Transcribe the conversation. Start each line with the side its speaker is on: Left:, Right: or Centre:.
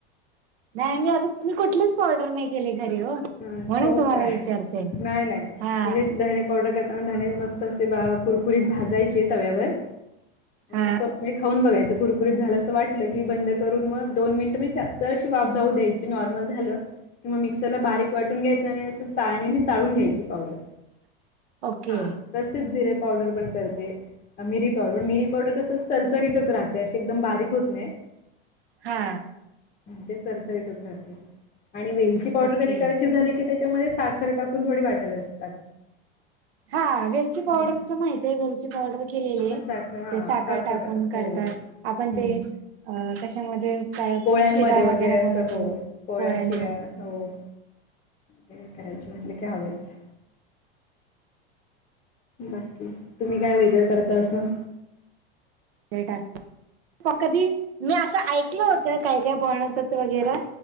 Right: नाही मी अज मी कुठलीच पॉर्डर नाही केले घरी हो
Left: हा छो
Right: म्हणून तुम्हाला
Left: का
Right: विचारते
Left: नाही नाही
Right: हा
Left: म्हणजे धणे पावडर करताना धणे मस्त असे कुरकुरीत भाजायचे तव्यावर म्ह
Right: हा
Left: त म खाऊन बघायचं कुरकुरीत झालं असं वाटलं की बंद करून मग दोन मिनिटं मी तर अशी वाफ जाऊ द्यायची नॉर्मल झालं मिक्सरला बारीक वाटून घ्यायच आणि असं चाळणीने चाळून घ्यायची पावडर
Right: ओके
Left: हा तसेच जिरे पावडर पण करते मिरी पावडर मिरी पावडर कसं तररसरीतच राहते अशी एकदम बारीक होत नाही
Right: हा
Left: ते चरचरीतच राह आणि वेलची पावडर
Right: ओके
Left: कधी करायची झाली की त्याच्यामध्ये साखर टाकून थोडी वाटायला लागते
Right: हा वेलची पावडरच
Left: हम्म
Right: माहितय वेलची पावडर केलेली
Left: आपण साखर हा
Right: ते साखर टाकून
Left: टाक
Right: करतात
Left: हो.
Right: आपण
Left: हम्म
Right: ते कशामध्ये काय
Left: पोळ्यांमध्ये
Right: शिरा
Left: वगैरे असं
Right: बनवतो
Left: हो पोळ्या
Right: पोळ्यांमध्ये
Left: शिरा्या हो त करायचे म्हटले की हवेच बाकी तुम्ही काय वेगळं करता असं
Right: तेटा मग कधी मी असं ऐकलं होतं काय काय बणवत वगैरे